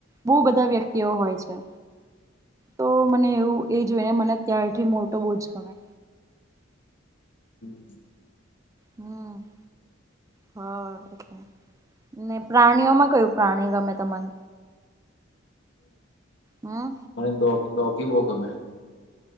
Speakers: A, on the right; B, on the left.
A: બહુ બધા વ્યક્તિઓ હોય છે તો મને એવું એ જોઈને મને ત્યાં થી મોટો બોજ ગમે.
B: હમ.
A: હમ. હ એટલે ને, પ્રાણીઓમાં કયું પ્રાણી ગમે તને. હા
B: મને દોગી દોગી બહુ ગમે.